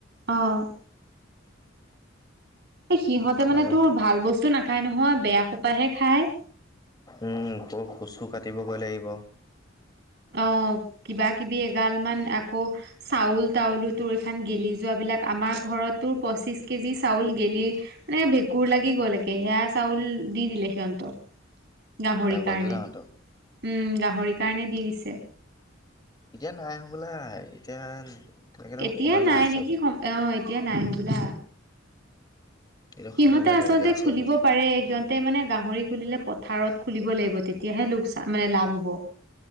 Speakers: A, on the right (about 60°); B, on the left (about 20°).
A: অ'। এই সিহঁতে মানে
B: আৰ্মি
A: তোৰ ভাল বস্তু নাখায় নহয় বেয়া সোপাহাহে খাই।
B: উম ক কচু কাটিবগৈ লাগিব।
A: অ' কিবা কিবি এগাল মান আকৌ চাউল তাউলোটো এইখন গেলি যোৱাবিলাক আমাৰ ঘৰতো পঁচিছ কেজি চাউল গেলি মানে ভেঁকুৰ লাগি গল একে সেয়া চাউল দি দিলে সিহঁতক। গাহৰি
B: কাক
A: কাৰণে
B: পাঞ্জুদাহঁতক
A: উম গাহৰি কাৰণে দি দিছে।
B: এতিয়া নাই হ'বলা এতিয়া? তেনেকে দেখোন
A: এতিয়া
B: শুনা
A: নাই
B: আছে
A: নেকি
B: বুলি
A: আহ এতিয়া নাই হবোলা।
B: এতিয়া
A: সিহঁতে
B: শুনা নাই
A: আচলতে
B: তেনেকে আছে
A: খুলিব
B: বুলি
A: পাৰে তাতে মানে গাহৰি খুলিলে পথাৰত খুলিব লাগিব তেতিয়াহে লোকচা মানে লাভ হ'ব।